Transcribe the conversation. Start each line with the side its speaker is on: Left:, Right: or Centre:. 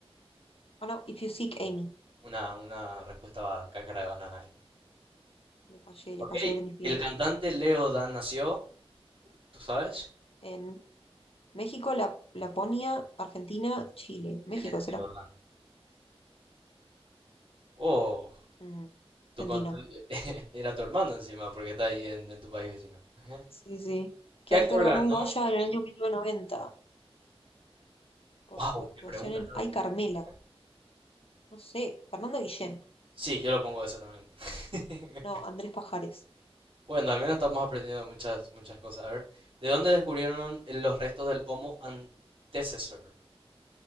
Left: Ah, no, If You Seek Amy.
Right: Una, una respuesta va- cáscara de banana ahí.
Left: Le fallé, le
Right: Ok,
Left: fallé a Britney Spears.
Right: el cantante Leo Dan nació, ¿tú sabes?
Left: En México, La- Laponia, Argentina, Chile. México
Right: ¿Quién es
Left: será.
Right: Leo Dan? Oh,
Left: Mm,
Right: tu
Left: Argentina.
Right: con- tu- <laughs> era tu hermano encima, porque está ahí en, en tu país vecino. <laughs> Ajá.
Left: Sí, sí. ¿Qué
Right: ¿Qué
Left: actor
Right: actor ganó?
Left: ganó un Goya en el año 1990 por
Right: Wow,
Left: su actuación
Right: qué preguntas
Left: en
Right: tan
Left: Ay
Right: difíciles.
Left: Carmela? No sé, Fernando Guillén.
Right: Sí, yo lo pongo eso también. <laughs>
Left: No, Andrés Pajares.
Right: Bueno, al menos estamos aprendiendo muchas, muchas cosas. A ver, ¿de dónde descubrieron los restos del Homo antecessor?